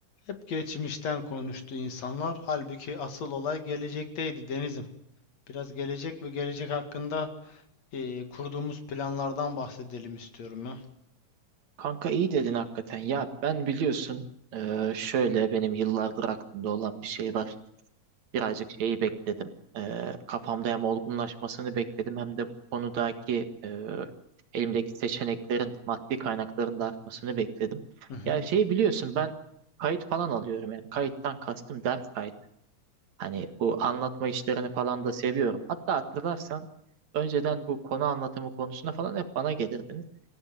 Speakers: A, on the left (about 60°); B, on the right (about 70°).
A: Hep geçmişten konuştu insanlar. Halbuki asıl olay gelecekteydi Denizim. Biraz gelecek ve gelecek hakkında eee, kurduğumuz planlardan bahsedelim istiyorum ya.
B: Kanka iyi dedin hakikaten. Ya ben biliyorsun eee, şöyle benim yıllardır aklımda olan bir şey var. Birazcık şeyi bekledim. Eee, kafamda hem olgunlaşmasını bekledim hem de bu konudaki eee, elimdeki seçeneklerin maddi kaynakların da artmasını bekledim.
A: Hı hı,
B: Ya şeyi biliyorsun ben kayıt falan alıyorum yani kayıttan kastım ders kayıt. Hani bu anlatma işlerini falan da seviyorum. Hatta hatırlarsan önceden bu konu anlatımı konusuna falan hep bana gelirdiniz.